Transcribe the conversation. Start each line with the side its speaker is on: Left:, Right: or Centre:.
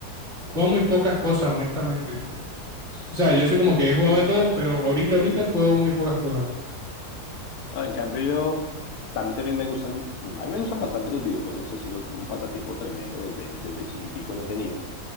Right: Juego muy pocas cosas, honestamente. O sea, yo
Left: Ok.
Right: soy como que he jugado de todo, pero ahorita, ahorita juego muy pocas cosas.
Left: No, en cambio yo, a mí también me gustan, a mí me gustan bastante los videojuegos, ese es un pasatiempo tremendo, desde, desde chiquitico lo he tenido,